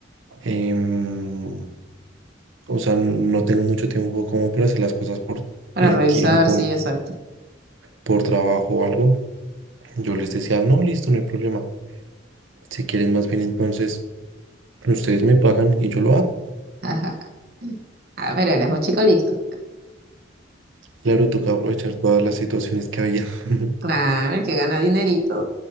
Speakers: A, on the right; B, on the right.
A: em, O sea, no tengo mucho tiempo como para hacer las cosas por
B: para
A: eh,
B: revisar,
A: tiempo,
B: sí, exacto.
A: por trabajo o algo. Yo les decía, no, listo, no hay problema. Si quieren más bien, entonces ustedes me pagan y yo lo hago.
B: <laughs> Ajá. Ah, pero eres un chico listo.
A: Claro, toca aprovechar todas las situaciones que había. <laughs>
B: Claro, el que gana dinerito.